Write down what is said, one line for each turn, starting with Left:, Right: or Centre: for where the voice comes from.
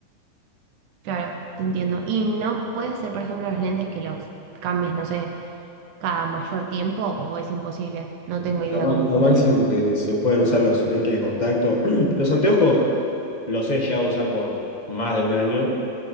Right: Claro, te entiendo. Y no puede ser, por ejemplo, los lentes que los cambies, no sé, cada mayor tiempo o es imposible. No tengo idea
Left: Lo, ma-
Right: cómo
Left: lo
Right: funciona.
Left: máximo que se pueden usar los lentes de contacto. <clears throat> Los anteojos los he llegado a usar por más de un año,